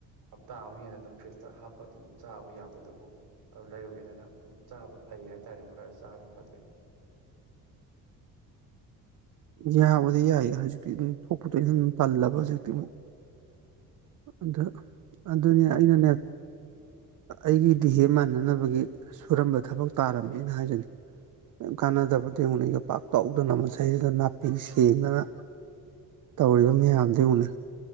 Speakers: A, on the right; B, on the right.
A: ꯍꯞꯇꯥ ꯑꯃ ꯍꯦꯟꯅ ꯑꯗꯨꯝ ꯐ꯭ꯔꯤꯖꯇ ꯍꯥꯞꯄ ꯑꯗꯨꯝ ꯆꯥꯕ ꯌꯥꯗꯣ ꯑꯗꯨꯕꯨ ꯑꯗꯨ ꯂꯩꯔꯨꯒꯦꯗꯅ ꯑꯗꯨꯝ ꯆꯥꯕ ꯐꯩ ꯍꯥꯏꯇꯥꯔꯦ ꯑꯗꯨꯝ ꯈꯔ ꯆꯥꯕ ꯐꯗꯣꯏꯅꯦ
B: ꯌꯥꯕꯗꯤ ꯌꯥꯏꯌꯦ ꯍꯧꯖꯤꯛꯇꯤ ꯑꯗꯨꯝ ꯊꯣꯛꯄꯗ ꯑꯩꯅ ꯑꯗꯨꯝ ꯇꯜꯂꯕ ꯍꯧꯖꯤꯛꯇꯤ ꯑꯃꯨꯛ ꯑꯗꯨ ꯑꯗꯨꯅꯦ ꯑꯩꯅꯅꯦ ꯑꯩꯒꯤꯗꯤ ꯍꯦ ꯃꯥꯟꯅꯅꯕꯒꯤ ꯁꯨꯔꯝꯕ ꯊꯕꯛ ꯇꯥꯔꯝꯃꯦꯅ ꯍꯥꯏꯖꯅꯤꯡꯏ ꯌꯥꯝ ꯀꯥꯟꯅꯖꯕꯗꯤ ꯍꯧꯅꯩ ꯌꯣ ꯄꯥꯛꯇꯎꯗꯅ ꯁꯤꯗꯩꯁꯤꯗ ꯅꯥꯄꯤ ꯁꯦꯡꯗꯅ ꯇꯧꯔꯤꯕ ꯃꯌꯥꯝꯗꯨ ꯎꯨꯅꯤ